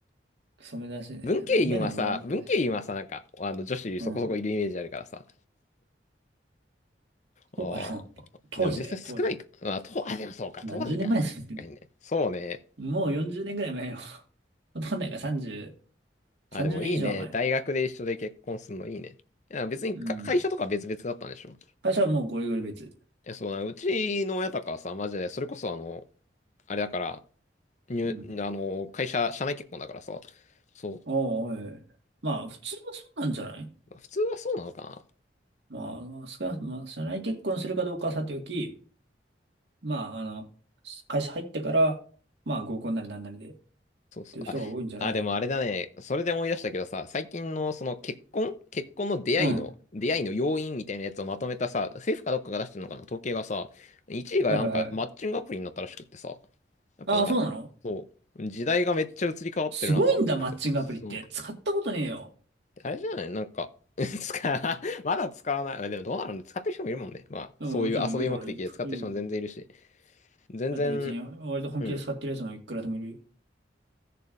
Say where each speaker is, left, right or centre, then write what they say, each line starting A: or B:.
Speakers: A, on the right; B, on the left.
A: クソ珍しいね。
B: 文系院はさ、
A: まあ、今でもまあまあ珍しい。
B: 文系院はさ、なんか、あの、女子そこそこいるイメージあるからさ。
A: うん。そうかな。
B: ああ、
A: 当時だよ、
B: でも実際少ないか。
A: 当時。
B: まあ、と、あ、でもそうか、
A: 何十年前ですけど。
B: 当時か。確かにね。そうね。
A: もう40年ぐらい前よ。ほとんどないから30、
B: あ、
A: 30年以上は前。
B: でもいいね。大学で一緒で結婚するのいいね。いや、別にか会社とか別々だったんでしょ。
A: うん。
B: い
A: 会社はもうゴリゴリ別。
B: や、そうな、うちの親とかはさ、マジで、それこそあの、あれだから、入、
A: うん。
B: あの、会社、社内結婚だからさ、そ
A: おーおい。まあ、普通はそうなんじゃない
B: う。普通はそうなのかな。
A: まあ、少なくとも、社内結婚するかどうかはさておき、まあ、あの、会社入ってから、まあ、合コンなりなんなりで、っ
B: そうそう。
A: ていう人が多いんじゃないかな。
B: あ、あ、でもあれだね。それで思い出したけどさ、最近のその結婚、結婚の出会いの、
A: うん。
B: 出会いの要因みたいなやつをまとめたさ、政府かどっかが出してるのかな、統計がさ、1位がなんかマッチングアプリになったらしくってさ、
A: はいはいはい。
B: やっぱなんか、
A: ああ、そうなの
B: そう、時代がめっちゃ移り変わってるなと思って。
A: すごいんだ、マッチングアプリって。
B: その、
A: 使ったことねえよ。
B: あれじゃないなんか、<laughs> 使う、まだ使わない。あでもどうなるんで使ってる人もいるもんね。まあ、
A: でももちろんいるから、
B: そういう遊び目的で使ってる人も全然いるし、
A: いる、いる。いる
B: 全然、
A: だって別に、割と本気で使ってるやつもいくらでもいる。
B: うん。